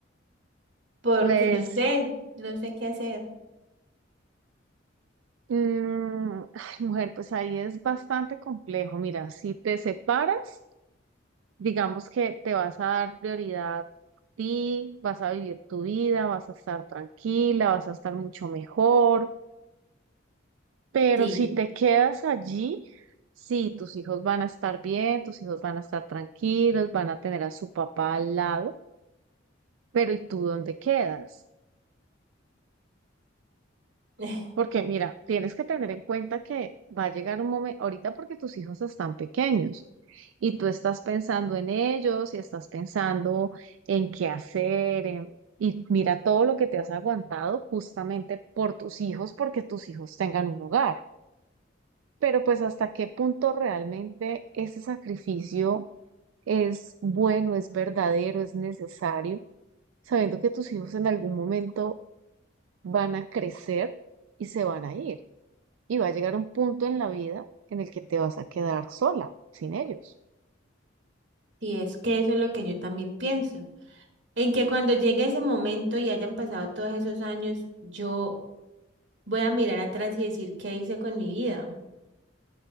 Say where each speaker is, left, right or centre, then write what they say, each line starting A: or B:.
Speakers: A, on the right; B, on the right.
A: porque
B: Ves,
A: no sé, no sé qué hacer.
B: mm, ay, mujer, pues ahí es bastante complejo. Mira, si te separas. Digamos que te vas a dar prioridad a ti, vas a vivir tu vida, vas a estar tranquila, vas a estar mucho mejor, pero
A: Sí,
B: si te quedas allí, sí, tus hijos van a estar bien, tus hijos van a estar tranquilos, van a tener a su papá al lado, pero ¿y tú dónde quedas?
A: <laughs>
B: Porque mira, tienes que tener en cuenta que va a llegar un momento, ahorita porque tus hijos están pequeños. y tú estás pensando en ellos y estás pensando en qué hacer, en- y mira todo lo que te has aguantado justamente por tus hijos, porque tus hijos tengan un hogar. Pero pues hasta qué punto realmente ese sacrificio es bueno, es verdadero, es necesario, sabiendo que tus hijos en algún momento van a crecer y se van a ir. Y va a llegar un punto en la vida en el que te vas a quedar sola, sin ellos.
A: sí, es que eso es lo que yo también pienso. En que cuando llegue ese momento y hayan pasado todos esos años, yo voy a mirar atrás y decir qué hice con mi vida.